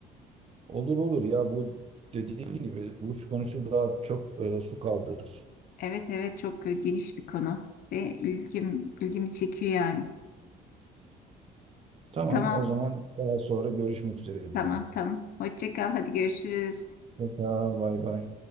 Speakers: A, on the right; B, on the left.
A: olur olur ya bu dediğin gibi uç konuşu daha çok e, su kaldırır.
B: Evet evet çok e, geniş bir konu ve ilgim ilgimi çekiyor yani.
A: Tamam
B: Tamam
A: o zaman daha sonra görüşmek üzere
B: tamam
A: diyelim.
B: tamam. Hoşça kal hadi görüşürüz.
A: Hoşça kal, bay bay.